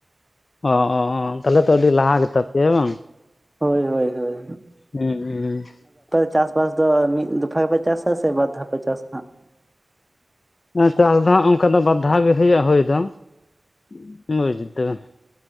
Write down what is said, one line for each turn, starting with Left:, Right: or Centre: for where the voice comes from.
Left: ᱚᱻ ᱚ ᱚ, ᱛᱟᱦᱚᱞᱮ ᱛᱚ ᱟᱹᱰᱤ ᱞᱟᱦᱟ ᱜᱮ ᱛᱟᱯᱮᱭᱟ ᱵᱟᱝ?
Centre: ᱦᱳᱭ ᱦᱳᱭ ᱦᱳᱭ᱾
Left: ᱦᱩᱸ ᱩᱸᱻ᱾
Centre: ᱪᱟᱥ ᱵᱟᱥ ᱫᱚ ᱢᱤᱫ ᱫᱚᱯᱷᱟ ᱜᱮᱯᱮ ᱪᱟᱥᱟ ᱥᱮ ᱵᱟᱨ ᱫᱷᱟᱣ ᱯᱮ ᱪᱟᱥ ᱦᱟᱸᱜ?
Left: ᱟᱱᱟ ᱪᱟᱥ ᱫᱚ ᱦᱟᱹᱜ ᱚᱱᱠᱟ ᱫᱚ ᱵᱟᱨ ᱫᱷᱟᱣ ᱜᱮ ᱦᱩᱭᱩᱜᱼᱟ ᱦᱩᱭ ᱫᱚ, <unintelligible>